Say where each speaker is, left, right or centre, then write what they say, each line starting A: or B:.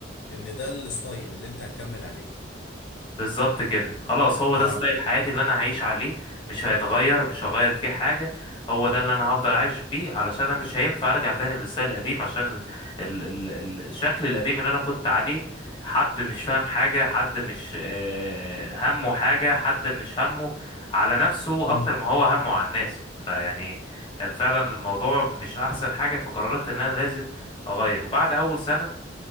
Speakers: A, on the left; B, on the left.
A: ان ده الستايل اللي انت هتكمل عليه
B: بالظبط كده خلاص هو
A: اه
B: ده ستايل حياتي اللي انا هعيش عليه مش هيتغير مش هغير فيه حاجة هو ده اللي انا هفضل عايش بيه علشان انا مش هينفع ارجع تاني للستايل القديم عشان ال ال ال ال الشكل القديم اللي انا كنت عليه حد مش فاهم حاجة حد مش آه، همه حاجة حد مش همه على نفسه
A: مم.
B: اكتر ما هو همه على الناس فيعني كان فعلا الموضوع مش احسن حاجة فقررت ان انا لازم اغير بعد اول سنة